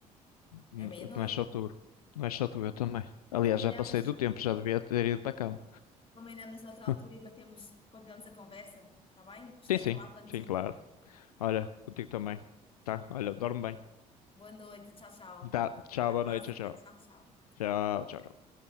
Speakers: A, on the left (about 75°); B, on the left (about 30°).
A: N-
B: é meia-noite.
A: Não é só tu. Não é só tu, eu também. Aliás,
B: Combinamos,
A: já passei do tempo, já devia ter ido para a cama.
B: combinamos noutra altura
A: <laughs>
B: e mantemos, continuamos a conversa, está bem? Gostei
A: Sim, sim,
B: de falar contigo.
A: sim, claro. Olha, contigo também. Tá? Olha, dorme bem.
B: Boa noite, tchau, tchau.
A: Tá, tchau,
B: Até
A: boa
B: à próxima,
A: noite, tchau,
B: tchau,
A: tchau.
B: tchau.
A: Tchau, tchau. tchau.